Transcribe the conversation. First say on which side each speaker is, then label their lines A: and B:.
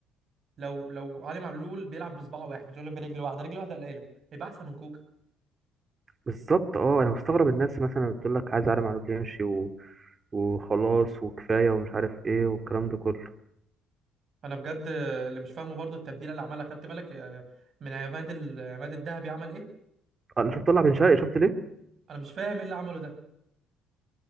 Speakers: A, on the right; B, on the right.
A: لو لو علي معلول بيلعب بصباع واحد مش هقول لك برجل واحده رجل واحده قليله يبقى احسن من كوكا
B: بالظبط اه انا مستغرب الناس مثلا بتقول لك عايز عالم معلول يمشي و... وخلاص وكفاية ومش عارف ايه والكلام ده كله
A: انا بجد اللي مش فاهمه برضو التبديله اللي عملها خدت بالك آه، من عماد ال- عماد الذهبي عمل ايه
B: انا شفت طلع بن شرقي شفت ليه
A: انا مش فاهم ايه اللي عمله ده